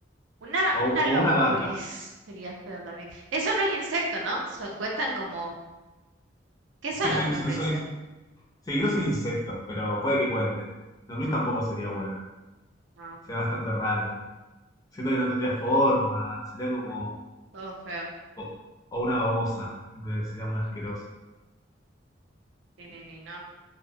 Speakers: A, on the right; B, on the left.
A: Una,
B: O,
A: una lombriz
B: o una vaca.
A: sería feo también. Eso no es insecto, ¿no? So- cuentan como... ¿Qué
B: Es
A: son
B: que soy,
A: las lombrices?
B: si no soy, sí, creo que soy insecto, pero puede que cuente. La mí tampoco sería bueno.
A: No,
B: Sería bastante raro. Siento que no tendría forma. Sería como.
A: no, todo feo.
B: O, o una babosa. Siento que Sería muy asqueroso.
A: Ni, ni, ni, no.